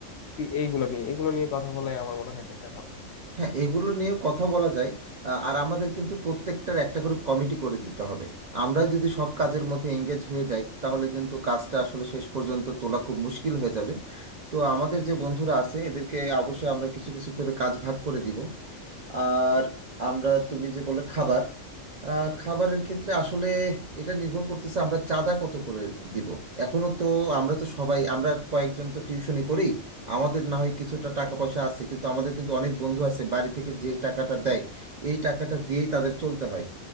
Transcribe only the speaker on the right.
হ্যাঁ এগুলো নিয়ে কথা বলা যায় আহ, আর আমাদের কিন্তু প্রত্যেকটার একটা করে কমিটি করে দিতে হবে আমরা যদি সব কাজের মধ্যে এঙ্গেজ হয়ে যাই তাহলে কিন্তু কাজটা আসলে শেষ পর্যন্ত তোলা খুব মুশকিল হয়ে যাবে তো আমাদের যে বন্ধুরা আছে এদেরকে অবশ্যই আমরা কিছু কিছু করে কাজ ভাগ করে দিব আর আমরা তুমি যে বলে খাবার আহ, খাবারের ক্ষেত্রে আসলে এটা নির্ভর করতেছে আমরা চাঁদা কত করে দিব এখনো তো আমরা তো সবাই আমরা কয়েকজন তো টিউশনি করি আমাদের না হয় কিছুটা টাকা পয়সা আছে কিন্তু আমাদের কিন্তু অনেক বন্ধু আছে বাড়ি থেকে যে টাকাটা দেয় এই টাকাটা দিয়েই তাদের চলতে হয়